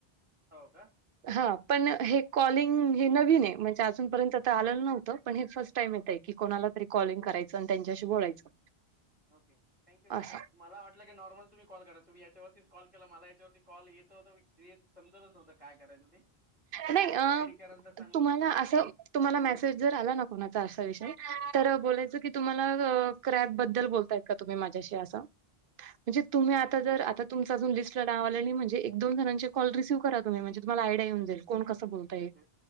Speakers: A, on the right; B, on the right.
A: हो का?
B: हा पण हे कॉलिंग हे नवीन आहे म्हणजे अजूनपर्यंत तर आलेलं नव्हतं पण हे फर्स्ट टाईम येत आहे. कि कोणाला तरी कॉलिंग करायचं आणि त्यांच्याशी बोलायचं.
A: ओके थँक्यू
B: असं.
A: मला वाटलं की नॉर्मल तुम्ही कॉल करा तुम्ही याच्यावरती कॉल केला मला याच्यावरती कॉल येत होता येत समजतच नव्हतं काय करायचं ते बरोबर
B: नाही
A: थोडं
B: अ,
A: गाईड करालंतर चांगलं
B: तुम्हाला
A: राहिलं.
B: असं तुम्हाला मेसेज जर आला ना कोणाचा असा विषय तर बोलायचं की तुम्हाला क्रॅप बद्दल बोलताय का तुम्ही माझ्याशी आस म्हणजे तुम्ही
A: ओके
B: आता जर आता तुम अजुन लिस्ट नाव आल आणि म्हणज एक दो जणां कॉल रिसव करा तुम्ही म्हणजे तुम्हाला आयडिया येऊन जाईल. कोण कसं बोलताय.
A: ओके